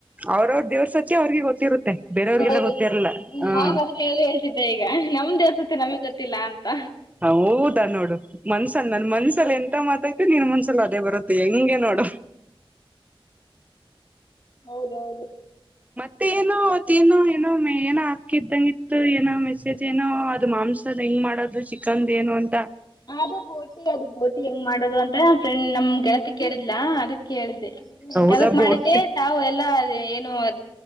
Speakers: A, on the right; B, on the left.
A: ಅವ್ರವ್ರ ದೇವ್ರಸತ್ಯ ಅವ್ರಿಗೆ ಗೊತ್ತಿರುತ್ತೆ. ಬೇರೆಯವ್ರಿಗೆಲ್ಲ
B: ಹೌದು
A: ಗೊತ್ತಿರಲ್ಲ ಹ
B: ನಾ ಅದನ್ನ ಹೇಳಿ ಹೇಳ್ತಿದ್ದೆ ಈಗ ನಮ್ ದೇವರ್ ಸತ್ಯ ನಮ್ಗ್ ಗೊತ್ತಿಲ್ಲ ಅಂತ
A: ಹೌದಾ ನೋಡು ಮನ್ಸನ್ ನನ್ ಮನ್ಸಲ್ ಎಂತ ಮಾತಯ್ತಿು ನಿನ್ ಮನ್ಸಲ್ ಅದೇ ಬರುತ್ತೆ ಹೆಂಗೆ ನೋಡು
B: ಹೌದೌದು
A: ತ್ತೇನೋ ತಿನ್ನೋ ಏನೋ ಮ ಏನೋ ಹಾಕಿದ್ದಂಗ್ ಇತ್ತು ಏನೋ ಮೆಸೇಜ್ ಏನೋ ಅದು ಮಾಂಸದ ಹೆಂಗ್ ಮಾಡೋದು ಚಿಕನ್ದ್ ಏನೋ ಅಂತ.
B: ಅದು ಬೋಟಿ ಅದು ಬೋಟಿ ಹೆಂಗ್ ಮಾಡೋದು ಅನ್ ನ ಫ್ರೆಂಡ್ ನಮ್ ಗೆಳತಿ ಕೇಳಿದ್ಲಾ ಅದಕ್ ಕೇಳಿದ್ದೆ
A: ಹೌದಾ
B: ಕೆದಕ್
A: ಬೋಟ್
B: ಮಾಡಿದ್ದೆ ತಾವು ಎಲ್ಲ ಏನು ಅದ್